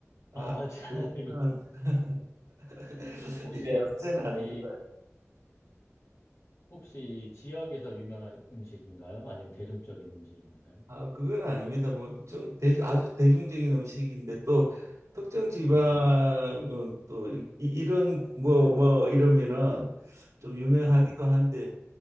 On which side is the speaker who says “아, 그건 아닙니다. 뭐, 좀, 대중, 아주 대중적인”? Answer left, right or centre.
Right